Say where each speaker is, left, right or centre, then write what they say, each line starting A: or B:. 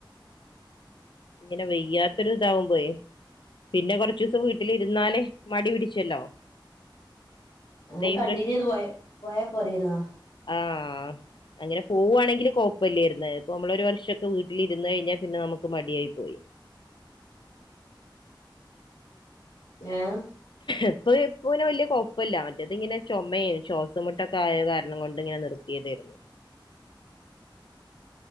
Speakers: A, on the left; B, on the left.
A: ഇങ്ങനെ വെയ്യാത്തൊരു ഇതാവുമ്പൊയെ പിന്നെ കൊറച് ദിവസം വീട്ടില് ഇരുന്നാലേ മടി പിടിച്ചല്ലോ
B: അങ്ങനെ
A: ഇതേയും
B: കണ്ടിന്യൂ എയ്ത് പോയ പോയാ പോരേ ന്നോ?
A: ആഹ്‌ അങ്ങനെ പോവാണെങ്കിൽ കൊഴപ്പല്ല്യേര് ന്ന്. ഇപ്പമ്മള് ഒരു വർഷൊക്കെ വീട്ടിലി ര് ന്ന് കഴിഞ്ഞാൽ പിന്നെ നമ്മ ക്ക് മടിയായി പോയി.
B: ഏഹ്‌
A: ഇപ്പൊ ഇപ്പ പിന്നെ വല്ല്യ കൊപ്പല്ല്യ മറ്റേത് ഇങ്ങനെ ചുമയും ശ്വാസം മുട്ടൊക്കെ ആയ കാരണം കൊണ്ട് ഇങ്ങനെ നിർ തിയതേര്ന്ന്